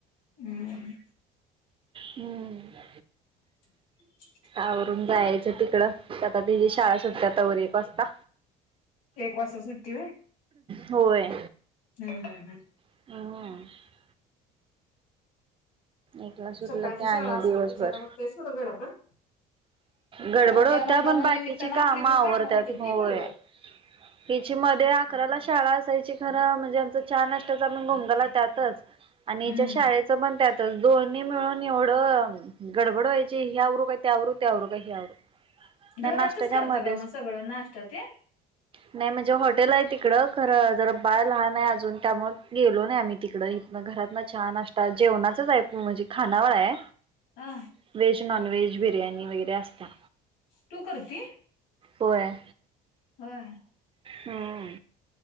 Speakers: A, on the left; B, on the right.
A: हम्म
B: हम्म
A: <unintelligible>
B: आवरून जायचं तिकड आता तिची शाळा सुट्तीया तवर एक वाजता
A: एक वाजता सुट्टी
B: होय
A: हम, हम, हम
B: ह एकला सुटलं
A: सकाळची
B: की
A: शाळा
B: आणि
A: असली
B: दिवसभर
A: की जरा होतंय सोड गडबड
B: गडबड
A: पण
B: होत्या
A: त्या नादना
B: पण बाकीची
A: निमित्तान आपली पण
B: आवरत्यात
A: कामं होती नाही
B: होय
A: बरोबर
B: हिची मध्ये अकराला शाळा असायची खरं म्हणजे आमचं चहा, नास्ता असतच पण घोमगाला त्यातच आणि
A: हम्म
B: हीच्या शाळेचं पण त्यातच दोन्ही मिळून एवढं गडबड व्हायची हे आवरू का ते आवरू ते आवर का हे आवरू नाही
A: घरातच
B: नाश्त्याच्या
A: करता
B: मध्येच
A: का म सगळं नाश्त ते
B: नाही म्हणजे हॉटेल आहे तिकडं खरं जर बाळ लहान आहे अजून त्यामुळ गेलो नाही आम्ही तिकडं, इकडं घरातन चहा नाष्टा जेवणा इथच म्हणजे खानावळ आहे
A: हा
B: व्हेज, नॉन व्हेज बिर्याणी वगैरे असत्या
A: तू करती?
B: होय
A: ह
B: हम्म